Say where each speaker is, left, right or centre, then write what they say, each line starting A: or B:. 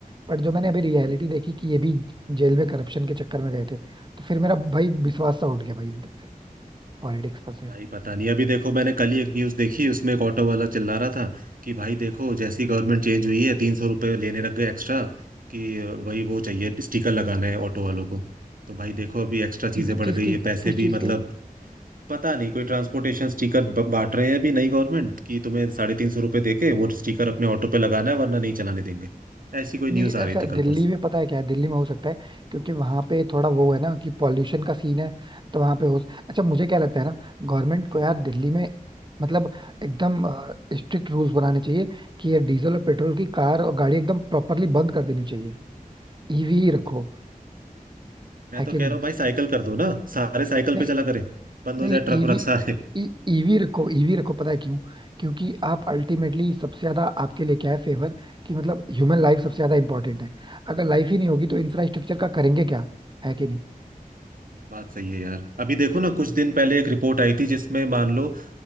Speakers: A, on the right; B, on the right.
A: पर जो मैंने अभी रियलिटी देखी कि ये भी जेल में करप्शन के चक्कर में गए थे तो फिर मेरा भाई विश्वास सा उठ गया भाई एकदम से पॉलिटिक्स पर से
B: भाई पता नहीं अभी देखो मैंने कल ही एक न्यूज देखी उसमें एक ऑटो वाला चिल्ला रहा था कि भाई देखो जैसी गवर्नमेंट चेंज हुई है तीन सौ रुपये लेने लग गए एक्स्ट्रा कि वही वो चाहिए स्टिकर लगाना है ऑटो वालों को तो भाई देखो अभी एक्स्ट्रा चीजें
A: किस
B: बढ़
A: चीज
B: गई
A: की
B: है पैसे
A: किस चीज
B: भी मतलब
A: के
B: पता नहीं कोई ट्रांसपोर्टेशन स्टिकर बांट रहे हैं अभी नई गवर्नमेंट कि तुम्हें साढ़े तीन सौ रुपये देके वो स्टिकर अपने ऑटो पे लगाना है वरना नहीं चलाने देंगे ऐसी कोई
A: नहीं
B: न्यूज आ
A: ऐसा
B: रही थी कल
A: दिल्ली
B: परसों
A: में पता है क्या है दिल्ली में हो सकता है क्योंकि वहां पे थोड़ा वो है ना कि पॉल्यूशन का सीन है तो वहां पे हो अच्छा मुझे क्या लगता है ना गवर्नमेंट को यार दिल्ली में मतलब एकदम स्ट्रिक्ट रूल्स बनाने चाहिए कि ये डीजल और पेट्रोल की कार और गाड़ी एकदम प्रॉपरली बंद कर देनी चाहिए ईवी ही रखो
B: मैं
A: है
B: तो
A: कि
B: कह
A: नहीं
B: रहा हूँ भाई साइकिल कर दो ना सारे साइकिल
A: नहीं
B: पे चला करें बंद
A: नहीं
B: हो जाए ट्रक
A: ईवी
B: व्रक सारे
A: ईवी रखो ईवी रखो पता है क्यों क्योंकि आप अल्टीमेटली सबसे ज्यादा आपके लिए क्या है फेवर कि मतलब ह्यूमन लाइफ सबसे ज्यादा इंपॉर्टेंट है अगर लाइफ ही नहीं होगी तो इंफ्रास्ट्रक्चर का करेंगे क्या है कि नहीं
B: बात सही है यार अभी देखो ना कुछ दिन पहले एक रिपोर्ट आई थी जिसमें मान लो अ,